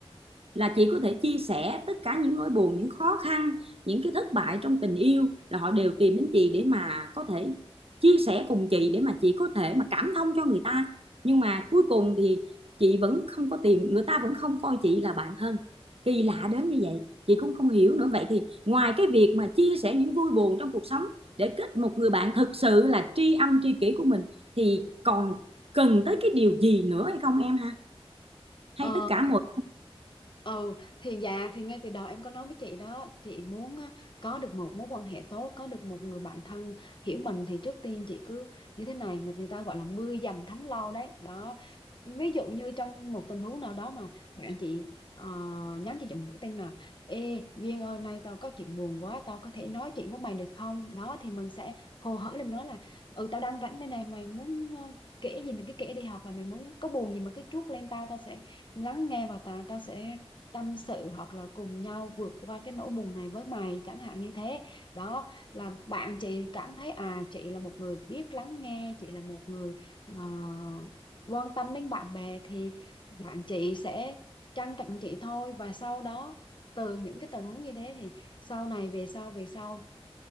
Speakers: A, on the right; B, on the left.
A: là chị có thể chia sẻ tất cả những nỗi buồn những khó khăn những cái thất bại trong tình yêu là họ đều tìm đến chị để mà có thể chia sẻ cùng chị để mà chị có thể mà cảm thông cho người ta nhưng mà cuối cùng thì chị vẫn không có tìm người ta vẫn không coi chị là bạn thân kỳ lạ đến như vậy chị cũng không hiểu nữa vậy thì ngoài cái việc mà chia sẻ những vui buồn trong cuộc sống để kết một người bạn thực sự là tri âm tri kỷ của mình thì còn cần tới cái điều gì nữa hay không em ha hay
B: Ờ,
A: tất cả mọi
B: ừ thì dạ thì ngay từ đầu em có nói với chị đó chị muốn á, có được một mối quan hệ tốt có được một người bạn thân hiểu mình thì trước tiên chị cứ như thế này người người ta gọi là mưa dầm thấm lâu đấy đó ví dụ như trong một tình huống nào đó mà bạn chị ờ, nhắn cho chị một tin là ê Duyên ơi nay tao có chuyện buồn quá tao có thể nói chuyện với mày được không đó thì mình sẽ hồ hởi lên nói là ừ tao đang rảnh đây này mày muốn ờ, kể gì mình cứ kể đi hoặc là mày muốn có buồn gì mà cứ trút lên tao tao sẽ lắng nghe và ta ta sẽ tâm sự hoặc là cùng nhau vượt qua cái nỗi buồn này với mày chẳng hạn như thế đó là bạn chị cảm thấy à chị là một người biết lắng nghe chị là một người ờ, quan tâm đến bạn bè thì bạn chị sẽ trân trọng chị thôi và sau đó từ những cái tình huống như thế thì sau này về sau về sau